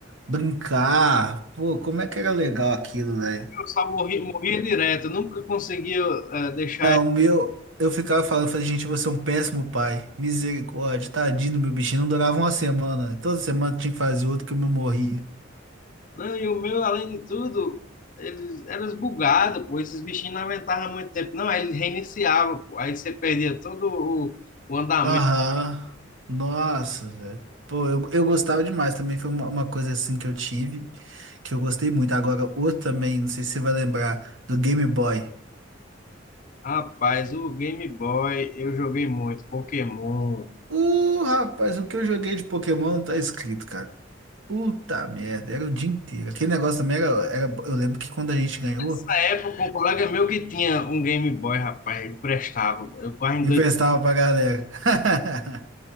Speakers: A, on the right; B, on the left.
A: brincar. Pô, como é que era legal aquilo, velho?
B: Eu só morri, morria direto, nunca conseguia é, deixar
A: Não,
B: ele.
A: o meu, eu ficava falando, eu falei, gente, você é um péssimo pai. Misericórdia, tadinho do meu bichinho. Não durava uma semana. Toda semana tinha que fazer outro que o meu morria.
B: Não, e o meu, além de tudo, eles eram bugados, pô. Esses bichinhos não aguentavam muito tempo. Não, aí ele reiniciava, pô. Aí você perdia todo o, o andamento.
A: Aham. Nossa, velho. Pô, eu, eu gostava demais. Também foi uma, uma coisa assim que eu tive, que eu gostei muito. Agora, outro também, não sei se você vai lembrar, do Game Boy.
B: Rapaz, o Game Boy eu joguei muito, Pokémon.
A: Uh, rapaz, o que eu joguei de Pokémon não tá escrito, cara. Puta merda, era o dia inteiro. Aquele negócio também era, era. Eu lembro que quando a gente ganhou,
B: Nessa época, um colega meu que tinha um Game Boy, rapaz, ele prestava. Eu quase em
A: emprestava
B: dois.
A: pra galera. <laughs>